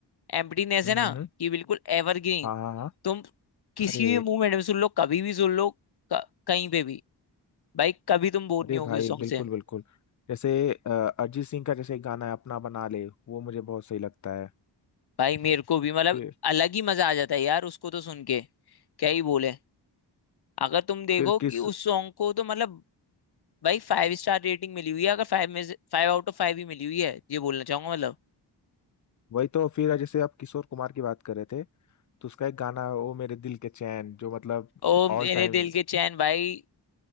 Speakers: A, on the left (about 60°); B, on the left (about 45°).
A: एम्प्टीनेस
B: हम्म
A: है ना
B: हम्म,
A: कि बिल्कुल एवरग्रीन
B: हाँ हाँ हाँ
A: तुम किसी
B: अरे
A: भी मूवमेंट में सुन लो कभी भी सुन लो क- कहीं पे भी भाई कभी तुम बोर
B: अरे
A: नहीं होगे
B: भाई
A: उस सॉन्ग
B: बिल्कुल
A: से
B: बिल्कुल जैसे अ, अरिजीत सिंह का जैसे एक गाना है अपना बना ले वो मुझे बहुत सही लगता है
A: भाई मेरे को भी मतलब
B: फिर
A: अलग ही मजा आ जाता है यार उसको तो सुन के क्या ही बोले अगर तुम देखो
B: फिर
A: कि
B: किस
A: उस सॉन्ग को तो मतलब भाई फाइव स्टार रेटिंग मिली हुई है अगर फाइव में से फाइव आउट ऑफ फाइव ही मिली हुई है ये बोलना चाहूंगा मतलब
B: वही तो फिर जैसे आप किशोर कुमार की बात कर रहे थे तो उसका एक गाना है ओ मेरे दिल के चैन जो मतलब
A: ओ मेरे
B: ऑल टाइम
A: दिल के चैन भाई